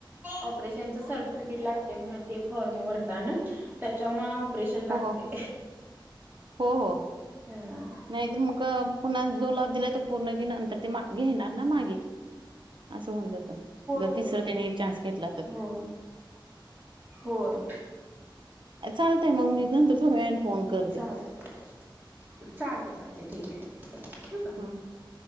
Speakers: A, on the right (about 25°); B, on the right (about 65°).
A: ऑपरेशनच सर्टिफिकेट लागतंय म्हण, ते फॉर्म भरताना त्यांच्यामुळे. ऑपरेशन लागते.
B: हो, हो हो.
A: होय
B: नाहीतर मग पुन्हा जो लाभ दिलाय तो, पूर्ण की नंतर ते घेणार ना मागे. असं होऊन जातं. जर
A: होय
B: तिसरा त्यांनी चान्स घेतला तर.
A: हो होय.
B: चालतंय मग मी नंतर थोड्या वेळाने फोन करते.
A: चालते चालते चालते ठीक ये ठेवू का.
B: हा